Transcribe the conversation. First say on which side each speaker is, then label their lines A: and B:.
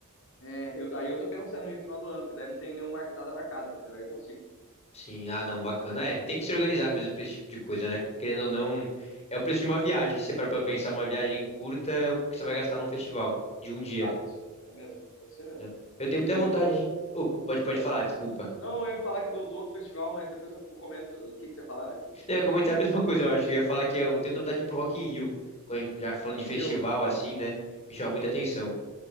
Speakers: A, on the left; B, on the left.
A: É, eu, daí eu tô pensando no final do ano, porque daí não tem nenhum mar- nada marcado, entendeu? Aí eu consigo.
B: Sim, ah, não, bacana. É, tem que se organizar mesmo pra esse tipo de coisa, né? Querendo ou não, é o preço de uma viagem. Se você parar pra pensar, uma viagem curta é o que você vai gastar num festival de um
A: Exato.
B: dia.
A: É mesmo. É isso aí mesmo.
B: Não. Eu tenho
A: É que
B: muita
A: nem
B: vontade.
A: a gente foi.
B: de- Oh, pode, pode
A: É, eu-
B: falar, desculpa.
A: não, eu ia falar que do, do outro festival, mas depois eu, eu comento. O que, que você ia falar antes?
B: Não, eu ia comentar a mesma coisa, eu acho. Eu ia falar que eu tenho vontade de ir pro Rock in Rio. Quando- Já falando
A: Rock
B: de festival
A: in Rio?
B: assim, né? Me chama muita atenção.